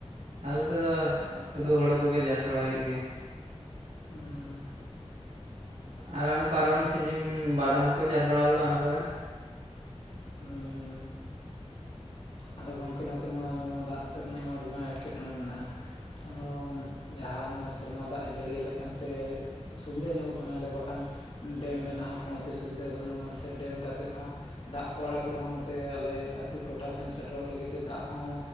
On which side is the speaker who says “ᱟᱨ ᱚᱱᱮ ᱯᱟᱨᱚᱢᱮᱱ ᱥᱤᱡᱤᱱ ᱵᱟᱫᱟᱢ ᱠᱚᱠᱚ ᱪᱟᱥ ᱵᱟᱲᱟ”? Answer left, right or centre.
Right